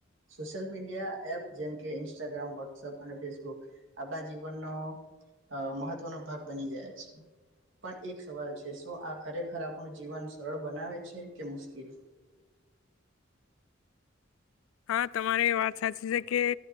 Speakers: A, on the right; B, on the left.
A: સોશિયલ મીડિયા એપ જેમકે ઇન્સ્ટાગ્રામ વોટ્સપ અને ફેસબુક આપણા જીવનનો મહત્વનો ભાગ બની ગયા છે પણ એક સવાલ છે શું આ ખરેખર આપણું જીવન સરળ બનાવે છે કે મુશ્કીલ
B: હા તમારે એ વાત સાચી છે કે